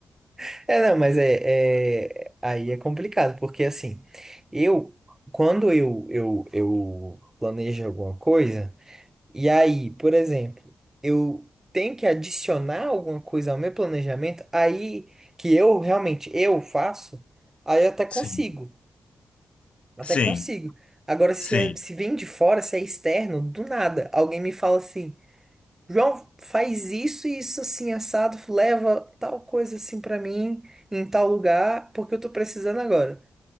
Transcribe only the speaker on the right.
<laughs> é, não, mas é, é- aí é complicado porque assim, eu, quando eu, eu, eu planejo alguma coisa. E aí, por exemplo, eu tenho que adicionar alguma coisa ao meu planejamento, aí que eu realmente eu faço, aí eu até consigo,
até
consigo. Agora, se,
é- se vem de fora, se é externo, do nada, alguém me fala assim, João, faz isso e isso assim, assado, leva tal coisa assim pra mim, em tal lugar, porque eu tô precisando agora.